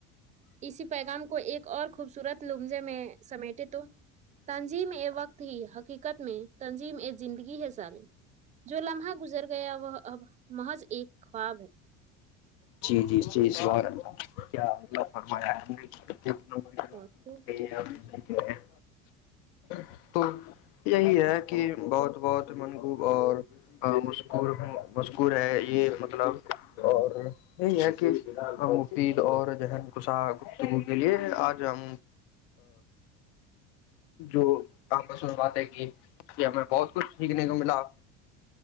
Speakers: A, on the right; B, on the left.
A: اسی پیغام کو ایک اور خوبصورت لمزے میں سمیٹے تو تنظیم ا وقت ہی حقیقت میں تنظیم اے زندگی ہے ثالم جو لمحہ گزر گیا وہ اب محض ایک خواب ہے
B: جی جی جیز کیا مطلب فرمایا نے جکھ ن وہ گ گ
A: بہت خوب
B: <unintelligible> تو یہی ہے کہ بہت بہت منبوب اور ہاں مسکور م یہ مطلب اور یہی ہے کہ ہم مفید اور ہ کس گتگو کے لیے آج ہم جو کام پر سن بات ہے کہ ہمیں بہت کچھ سیکھنے کو ملا